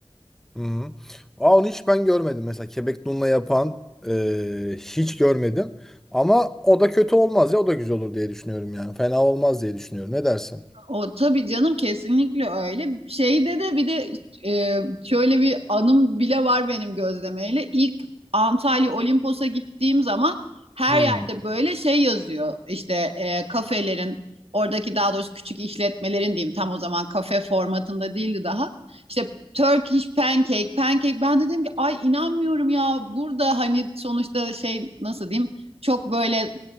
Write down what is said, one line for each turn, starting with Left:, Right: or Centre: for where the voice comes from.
Centre: Hı-hı. Aa, onu hiç ben görmedim. Mesela kebek dunla yapan e, hiç görmedim. Ama o da kötü olmaz ya o da güzel olur diye düşünüyorum yani. Fena olmaz diye düşünüyorum. Ne dersin?
Right: O tabii canım kesinlikle öyle. Şeyde de bir de e, şöyle bir anım bile var benim gözlemeyle. İlk Antalya Olimpos'a gittiğim zaman her
Centre: Hmm.
Right: yerde böyle şey yazıyor. İşte e, kafelerin oradaki daha doğrusu küçük işletmelerin diyeyim tam o zaman kafe formatında değildi daha. İşte Turkish pancake, pancake. Ben de dedim ki ay inanmıyorum ya burada hani sonuçta şey nasıl diyeyim çok böyle